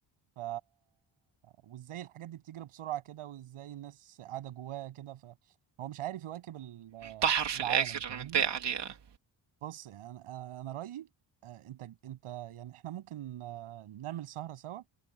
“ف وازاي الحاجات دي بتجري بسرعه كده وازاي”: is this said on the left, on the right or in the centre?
Right